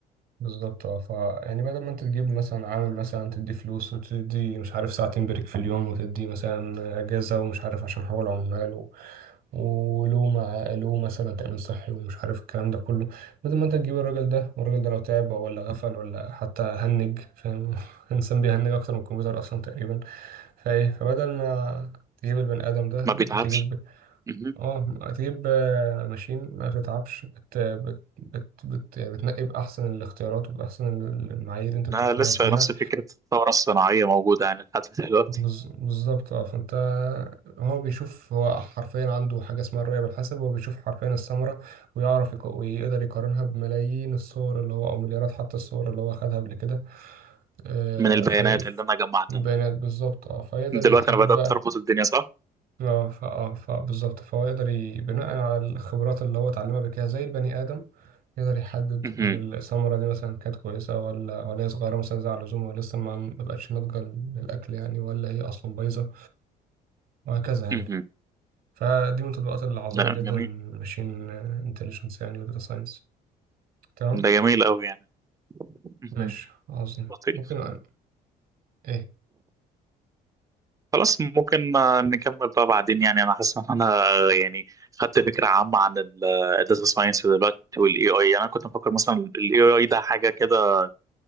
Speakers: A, on the right; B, on the right.
A: بالظبط اه ف يعني بدل ما انت تجيب مثلا عامل مثلا تدي فلوس وتدي مش عارف ساعتين بريك في اليوم وتدي مثلا اجازه ومش عارف عشان حقوق العمال و... ولو مع له مثلا تامين صحي ومش عارف الكلام ده كله بدل ما انت تجيب الراجل ده والراجل ده لو تعب ولا غفل ولا حتى هنج فاهم <laughs> الانسان بيهنج اكتر من الكمبيوتر اصلا تقريبا فايه فبدل ما تجيب البني ادم ده
B: ما بيتعبش
A: ممكن تجيب
B: مهم.
A: اه هتجيب آه، ماشين ما بتتعبش بت بت بت, بت يعني بتنقي بأحسن الاختيارات وبأحسن ال- المعايير اللي انت بتختارها
B: لا لسه
A: فيها
B: نفس فكره الثوره الصناعيه موجوده يعني لحد دلوقتي
A: بز- بالظبط اه فانت هو بيشوف هو حرفيا عنده حاجة اسمها الرؤية بالحسب هو بيشوف حرفيا الثمرة ويعرف يق- ويقدر يقارنها بملايين الصور اللي هو أو مليارات حتى الصور اللي هو خدها قبل كده آه،
B: من البيانات
A: في
B: اللي انا جمعتها
A: بيانات بالظبط اه فيقدر
B: دلوقتي
A: يحدد
B: انا بدات
A: بقى
B: اربط الدنيا صح
A: اه ف اه ف- بالظبط فهو يقدر ي- بناء على الخبرات اللي هو اتعلمها قبل كده زي البني آدم يقدر يحدد
B: مهم.
A: إن الثمرة دي مثلا كانت كويسة ولا ولا هي صغيرة مثلا زي على اللزوم ولا لسه ما ما بقتش ناضجة للأكل يعني ولا هي أصلا بايظة وهكذا
B: مهم.
A: يعني فدي من التطبيقات العظيمة
B: لا
A: جدا
B: جميل
A: ماشين انتليجنس يعني وداتا ساينس تمام
B: ده جميل قوي يعني مهم.
A: ماشي عظيم
B: لطيف
A: ممكن أقل. ايه
B: خلاص ممكن آه، نكمل بقى بعدين يعني انا حاسس ان انا آه، يعني خدت فكره عامه عن الداتا ساينس دلوقتي والاي اي انا كنت مفكر مثلا الاي اي ده حاجه كده